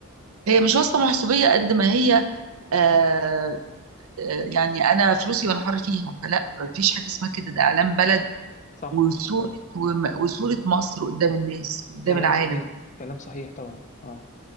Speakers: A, on the right; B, on the left.
A: هي مش واسطه محسوبيه قد ما هي آه،
B: أمم.
A: يعني انا فلوسي وانا حر فيها فلا مفيش حاجه اسمها كده ده اعلام بلد
B: صح
A: وصوره وم- وصوره مصر قدام الناس قدام
B: كلام
A: العالم
B: صحيح كلام صحيح طبعا اه